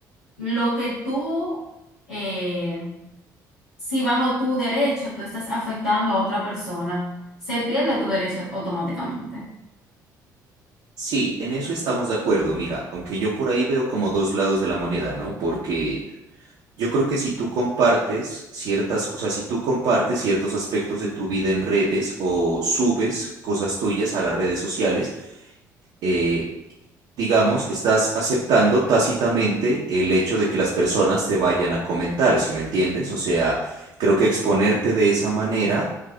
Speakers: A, on the left; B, on the right.
A: Lo que tú, eh, si bajo tu derecho tú estás afectando a otra persona, se pierde tu derecho automáticamente.
B: Sí, en eso estamos de acuerdo, mira, aunque yo por ahí veo como dos lados de la moneda, ¿no? Porque... Yo creo que si tú compartes ciertas, o sea, si tú compartes ciertos aspectos de tu vida en redes o subes cosas tuyas a las redes sociales, eh, digamos, estás aceptando tácitamente el hecho de que las personas te vayan a comentar, ¿sí me entiendes? O sea, creo que exponerte de esa manera,